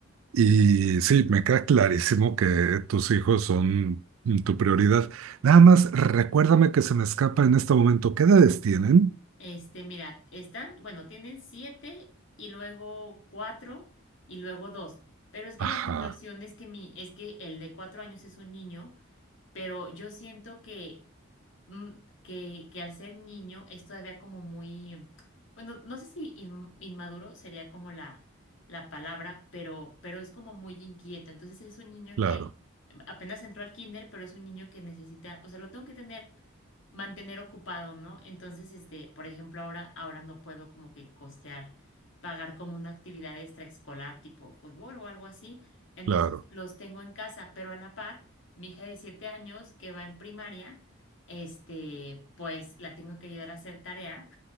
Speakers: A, on the right (about 80°); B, on the left (about 65°).
A: Y sí, me queda clarísimo que tus hijos son tu prioridad. Nada más recuérdame que se me escapa en este momento. ¿Qué edades tienen?
B: Este, mira, están, bueno, tienen siete y luego cuatro y luego dos. Pero es que
A: Ajá,
B: la situación es que mi, es que el de cuatro años es un niño, pero yo siento que mm, que, que al ser niño es todavía como muy, bueno, no sé si in- inmaduro sería como la, la palabra, pero, pero es como muy inquieto. Entonces es un niño
A: claro,
B: que apenas entró al kinder, pero es un niño que necesita, o sea, lo tengo que tener mantener ocupado, ¿no? Entonces, este, por ejemplo, ahora, ahora no puedo como que costear, pagar como una actividad extraescolar tipo fútbol o algo así. Entonces,
A: claro.
B: los tengo en casa, pero a la par, mi hija de siete años que va en primaria, este, pues la tengo que ayudar a hacer tarea.